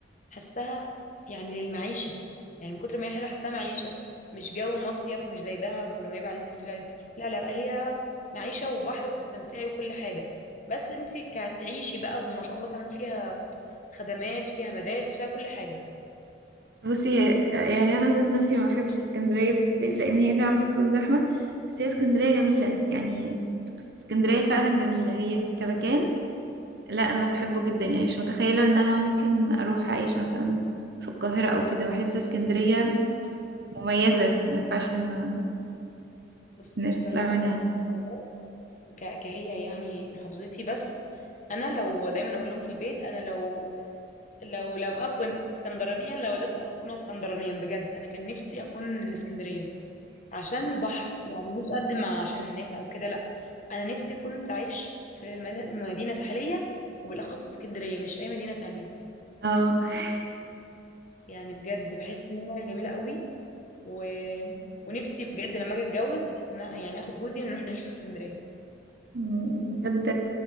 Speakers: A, on the left (about 40°); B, on the right (about 60°).
A: حسها يعني للمعيشة يعني من كتر ما هي حلوة حسها معيشة مش جو مصيف مش زي دهب ونويبع اللي انتي بتقولي عليه لا لا لا هي معيشة وبحر وتستمتعي وكل حاجة بس انتي كتعيشي بقى وما شاء الله كمان فيها خدمات فيها مدارس فيها كل حاجة
B: بصي هي- يعني انا ذات نفسي ما بحبش اسكندريه في الصيف لان هي فعلا بتكون زحمه بس هي اسكندريه جميله يعني اسكندريه فعلا جميله هي كمكان لا انا بحبه جدا يعني مش متخيله ان انا ممكن اروح اعيش مثلا في القاهره او كده بحس اسكندريه مميزه ما ينفعش ان
A: بصي
B: ان انت
A: بصراحة
B: تطلع منها
A: أنا بحب القاهرة ك- كهي يعني محافظتي بس أنا لو دايما أقول لهم في البيت أنا لو لو لو أكون اسكندرانيا لو ودت أنا أكون اسكندرانيا بجد أنا كان نفسي أكون من اسكندرية عشان البحر يعني مش قد ما عشان الناس أو كده لأ أنا نفسي كنت أعيش في مد- مدينة ساحلية وبالأخص اسكندرية مش أي مدينة تانية
B: اه <laughs>
A: يعني بجد بحس إنها جميلة قوي و... ونفسي بجد لما أجي أتجوز إن- يعني آخد جوزي ونروح نعيش في اسكندرية
B: بجد